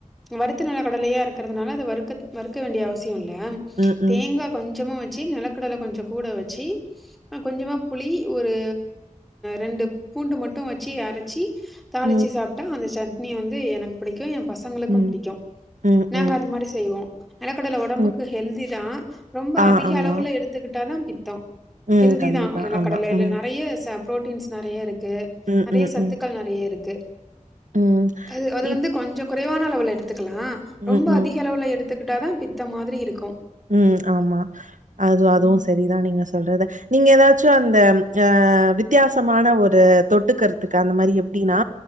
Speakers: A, in the centre; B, on the right.
A: வறுத்து நெலக்கடலையா இருக்கறதுனால அது வறுக்க வறுக்க வேண்டிய அவசி யே இல்ல
B: ம் ம்
A: தேங்கா கொஞ்சமு வச் சி நெலக்கடல கொஞ்சோ கூட வெச்சி கொஞ்சமா புளி ஒரு ரெண்டு பூண்டு மட்டு வெச்சி அரச்சி தாளிச்சி
B: ம்
A: சாப்ட்டா அந்த சட்னி வந்து எனக் புடிக்கு ஏ பசங்களுக்கு
B: ம்
A: புடிக்கு
B: ம்
A: நாங்க
B: ம்
A: அது மாரி செய்வோ நெலக்கடல ஒடம்புக்கு
B: ம்
A: ஹெல்தி தா ரொம்ப
B: ஆ
A: அதிக
B: ஆமா
A: அளவுல எடுத்துக்கிட்டாதா பித்தோ
B: ம்
A: ஹெல்தி
B: கண்டிப்பா
A: தா நெலக்கடல
B: ஆமா
A: இல்ல
B: ம்
A: நெறய சே ப்ரோட்டீன்ஸ் நெறையருக்கு
B: ம்
A: அதே
B: ம்
A: சத்துக்கள்
B: ம்
A: நெறையருக்கு
B: ம்
A: அது அது வந்து
B: இப்
A: கொஞ்சோ கொறைவான அளவுல எடுத்துக்கலா ரொம்ப
B: ம் ம்
A: அதிக அளவுல எடுத் துக்கிட்டாதா பித்தோ மாதிரி இருக்கு
B: ம் ஆமா அது அதுவு
A: ம்.
B: செரிதா நீங்க சொல்றது நீங்க எதாச்சு அந்த அ அ வித் தியாசமான ஒரு தொட்டுகருத்துக்கு அந்த மாரி எப்டின்னா